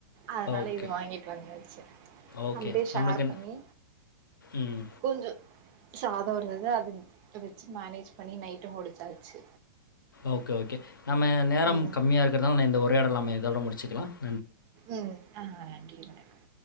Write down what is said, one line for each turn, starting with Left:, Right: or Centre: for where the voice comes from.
Right: அதனால
Left: ஓகே,
Right: இது வாங்கிட்டு வந்தாச்சு
Left: ஓகே.
Right: அப்டியே ஷேர்
Left: நம்மளுக்கு
Right: பண்ணி
Left: ம்.
Right: கொஞ்ச சாத இருந்தது அது வச்சு மேனேஜ் பண்ணி நைட்ட முடிச்சாச்சு
Left: ஓகே ஓகே நம்ம நேரம்
Right: ம்
Left: கம்மியா இருக்கிறதனால நான் இந்த உரயாடல நம்ம இதோட முடிச்சுக்லா
Right: ம் நானு வர நன்றி வணக்கம்